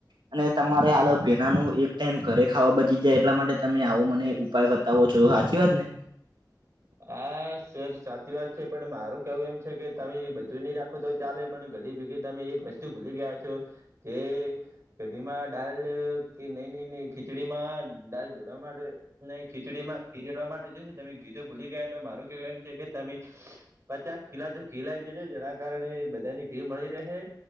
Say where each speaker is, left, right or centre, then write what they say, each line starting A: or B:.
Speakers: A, on the right; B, on the right.
A: અને તમારે આાલગ ભેના ન એક ટાઈમ ઘરે ખાવા બચી જાય એટલા માટે તમે આવો મને ઉપાય ત ઓ છું સાચી વાત ને
B: હા સર સાચી વાત છે પણ મારું કેવું એમ છે કે તમે બધું નહી રાખો તો ચાલે પણ ઘડી ભેગી તમે એક વસ્તુ ભૂલી ગયા છો જે કધીમાં દાલ કે નઈ નઈ ન ખીચડી માં દાલ જોડવા માટે નહી ખીચડીમાં ખીચડવા માટે જો તમે ગીતોું ભૂલી ગયા તો મારું કેવું એમ છે કે તમે પચાસ કિલા તો ઘી લાવી જજ જેના કારણે બધાની ઘી મળી રહે